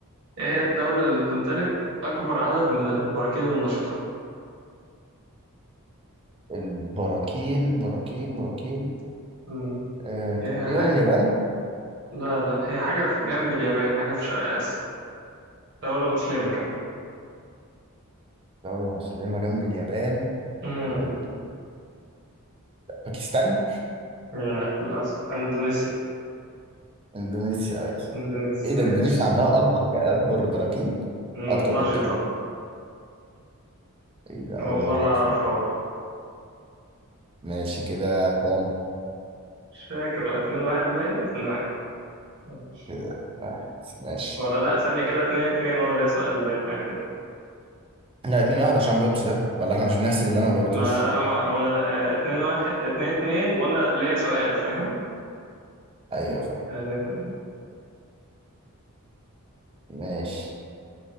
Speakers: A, on the right; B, on the right.
A: ايه هي الدولة اللي بتمتلك أكبر عدد من البراكين النشطة
B: البراكين براكين براكين
A: مم.
B: آه، تقريبا
A: هي حاجة
B: اليابان
A: لا لا هي حاجة في جنب اليابان حاجة في شرق آسيا دولة مسلمة كمان
B: دولة مسلمة جنب اليابان
A: مم.
B: آه، باكستان
A: لا للأسف إندونيسيا
B: اندونيسيا أيوة.
A: إندونيسيا
B: ايه ده
A: ماشي
B: اندونيسيا عندها اكبر اكبر براكين
A: مم،
B: اكتر براكين
A: نشطة
B: ايه ده
A: أول
B: اول
A: مرة
B: مره اعرف
A: أعرفها
B: ماشي كده كام
A: مش فاكر اتنين واحد باين اتنين واحد آه.
B: كده واحد ماشي
A: ولا لا ثانية كده اتنين اتنين وانا ليا سؤال باين حاجة كده
B: لا اتنين واحد عشان ما جبتش ده ولا احنا مش بنحسب اللي انا ما جبتوش
A: ما لا ما ما انا لا آه، اتنين واحد اتنين اتنين وانا ليا سؤال فاهم
B: ايوه فاهم
A: غالبا
B: ماشي